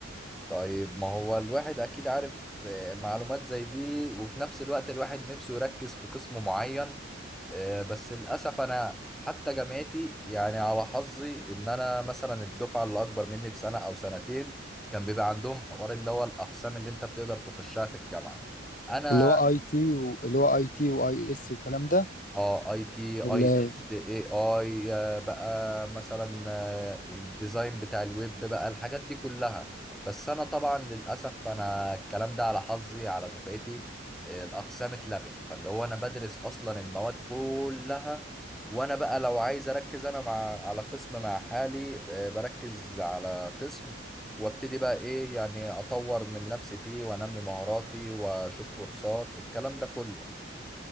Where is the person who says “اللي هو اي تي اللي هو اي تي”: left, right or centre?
Left